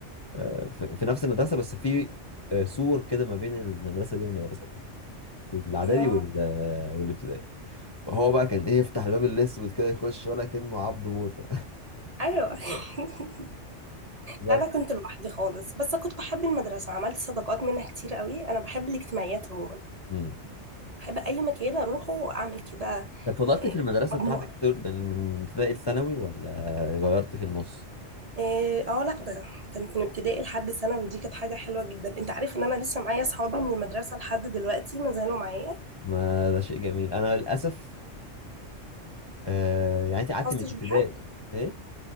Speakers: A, on the left (about 30°); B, on the right (about 35°).
A: آه، في في نفس المدرسه بس في آه، سور كده ما بين المدرسه دي والمدرسه دي الاعدادي
B: اه
A: وال آه، والابتدائي فهو بقى كان ايه يفتح الباب الاسود كده يخش ولا كأنه عبد موته
B: ايوه <laughs>
A: <laughs> بس
B: لا انا كنت لوحدي خالص بس كنت بحب المدرسه عملت صداقات منها كتير قوي انا بحب الاجتماعيات عموما
A: امم
B: بحب اي مكان اروحه اعمل كده
A: طب فضلت
B: إيه،
A: في المدرسه
B: مجموعه
A: بتاعتك طول من من ابتدائي لثانوي ولا غيرت في النص
B: إيه، اه لا ده كانت من ابتدائي لحد ثانوي دي كانت حاجه حلوه جدا انت عارف ان انا لسه معايا اصحابي من المدرسه لحد دلوقتي ما زالوا معايا ما
A: ما ده شيء جميل انا للاسف آه يعني انت قعدت
B: حفظتش
A: من ابتدائي
B: بحد
A: ايه